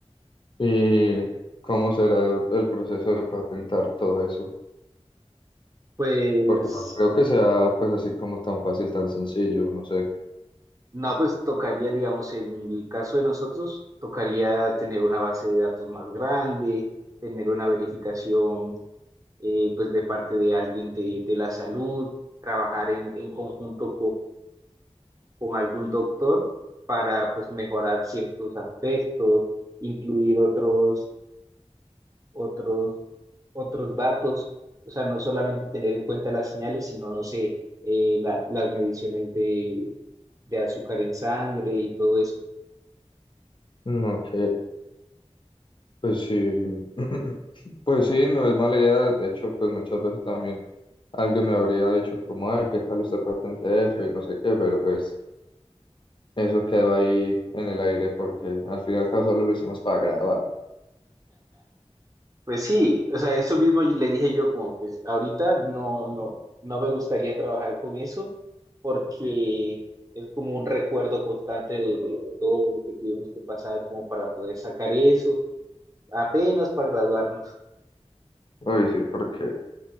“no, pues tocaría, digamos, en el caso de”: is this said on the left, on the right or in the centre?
Right